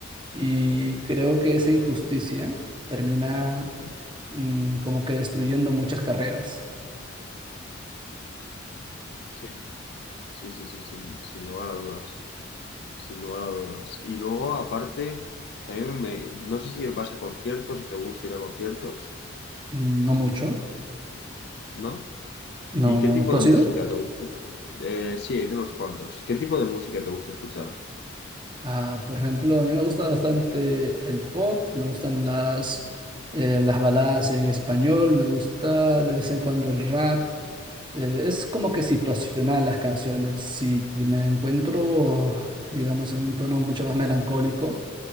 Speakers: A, on the right; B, on the left.
A: Y creo que esa injusticia termina
B: Ujú.
A: mm, como que destruyendo muchas carreras.
B: Sí, sí, sí, sí, sin, sin lugar a dudas, sin lugar a dudas. Y luego, aparte, también me, no sé si vas a conciertos o te gusta ir a conciertos,
A: Mm, no mucho.
B: ¿no?
A: No,
B: ¿Y qué
A: no.
B: tipo
A: ¿Tú
B: de
A: has
B: música
A: ido?
B: te gusta? Eh, sí, hay de unos cuantos. ¿Qué tipo de música te gusta escuchar?
A: Ah, por ejemplo, a mí me gusta bastante el pop, me gustan las, eh, las baladas en español, me gusta de vez en cuando el rap. Eh, es como que situacional las canciones. Si me encuentro, digamos, en un tono mucho más melancólico,